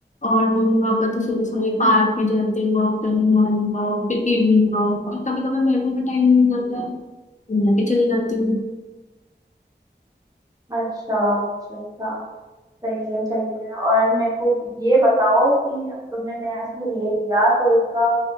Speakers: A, on the left; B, on the right.
A: और मम्मी पापा तो सुबह सुबह
B: हम्म
A: पार्क में जाते हैं वॉक करने मॉर्निंग वॉक फिर इवनिंग वॉक और कभी कभी मेरे को भी टाइम मिल जाता है तो मैं भी चली जाती हूँ
B: अच्छा अच्छा अच्छा सही है सही है और मेरे को ये बताओ कि अब तुमने नया घर ले लिया तो उसका